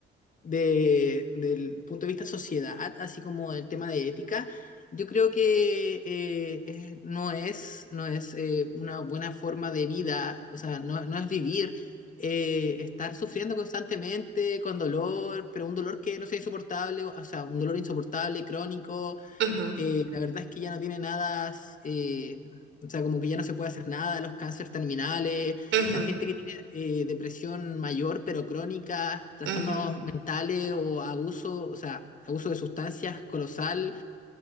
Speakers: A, on the left; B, on the right.
A: de, del punto de vista sociedad, así como del tema de ética, yo creo que eh, eh, no es, no es eh, una buena forma de vida, o sea, no, no es vivir, eh, estar sufriendo constantemente con dolor, pero un dolor que no sea insoportable, o sea, un dolor insoportable, crónico,
B: Ujú,
A: eh, la verdad es que ya no tiene nada, eh, o sea, como que ya no se puede hacer nada, los cánceres terminales,
B: ujú,
A: la gente que tiene eh, depresión mayor pero crónica, trastornos
B: ujú,
A: mentales o abuso, o sea, abuso de sustancias colosal,